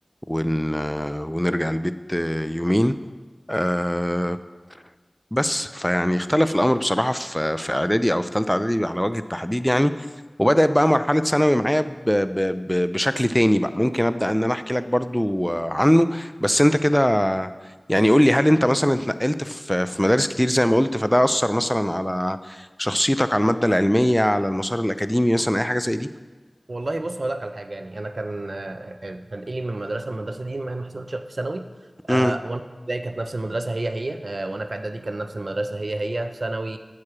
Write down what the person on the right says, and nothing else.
والله بص هقول لك على حاجه يعني انا كان آه، آه، تنقلي من مدرسه لمدرسه دي ما ما حصلتش غير في ثانوي آه،
وانا في ابتدائي كانت نفس المدرسه هي هي آه، وانا في اعدادي كان نفس المدرسه هي هي في ثانوي